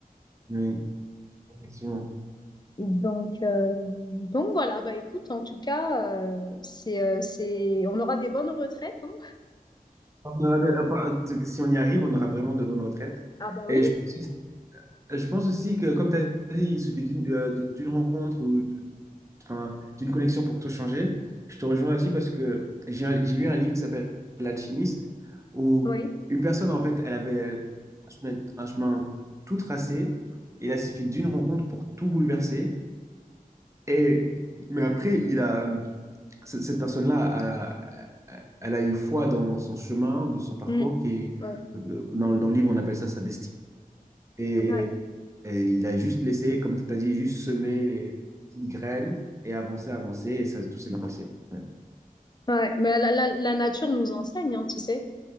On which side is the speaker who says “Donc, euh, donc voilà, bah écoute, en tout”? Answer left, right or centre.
Left